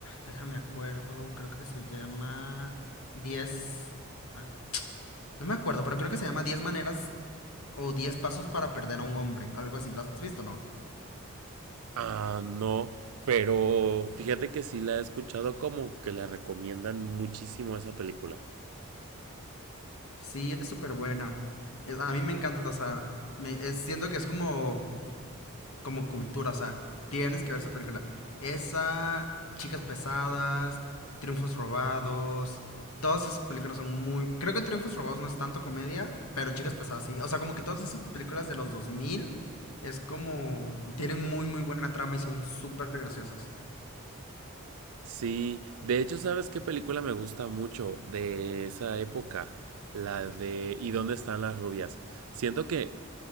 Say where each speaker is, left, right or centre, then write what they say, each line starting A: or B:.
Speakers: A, on the left (about 80°); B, on the right (about 80°).
A: Déjame acuerdo, creo que se llama 10. ah, No me acuerdo, pero creo que se llama 10 maneras o 10 pasos para perder a un hombre, algo así. ¿Lo has visto, o no?
B: Ah, no. Pero fíjate que sí la he escuchado como que la recomiendan muchísimo esa película.
A: Sí, es súper buena. Es- a mí me encanta, o sea, me, es- siento que es como, como cultura, o sea, tienes que ver esa película. Esa, Chicas Pesadas, Triunfos Robados, todas esas películas son muy... Creo que Triunfos Robados no es tanto comedia, pero Chicas Pesadas sí. O sea, como que todas esas películas de los 2000 es como... tienen muy, muy buena trama y son súper graciosas.
B: Sí, de hecho, ¿sabes qué película me gusta mucho de esa época? La de ¿Y dónde están las rubias? Siento que